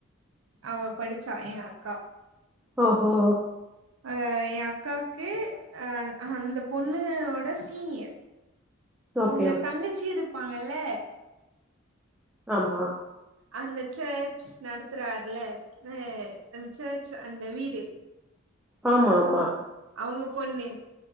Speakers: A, on the right (about 70°); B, in the centre.
A: அவ படிச்சா ஏ அக்கா
B: ஓஹோ
A: அஹ் என் அக்காக்கு அ அஹ் அந்த பொண்ணுோட சீனியர்
B: ஓகே,
A: உங்க
B: ஓகே.
A: தங்கச்சி இரு இருப்பாங்கல்ல
B: ஆமா
A: அந்த சர்ச் நடத்துறாருல அஹ் அந்த சர்ச் அந்த வீடு
B: ஆமா ஆமா
A: அவங்க பொண்ணு